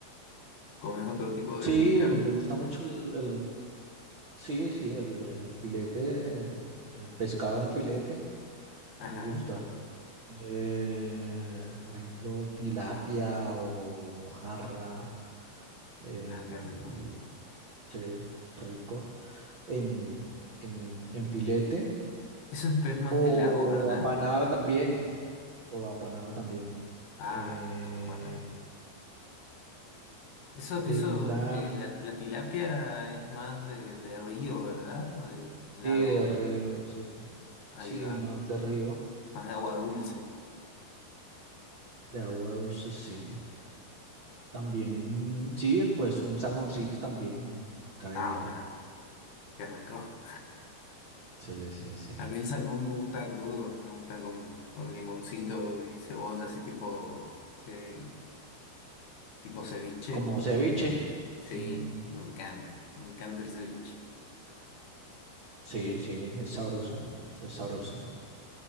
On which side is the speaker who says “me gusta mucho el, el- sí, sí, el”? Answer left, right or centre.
Right